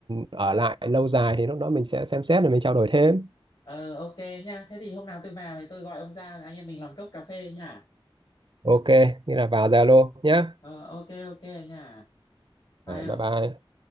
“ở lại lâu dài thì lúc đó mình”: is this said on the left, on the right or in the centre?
Right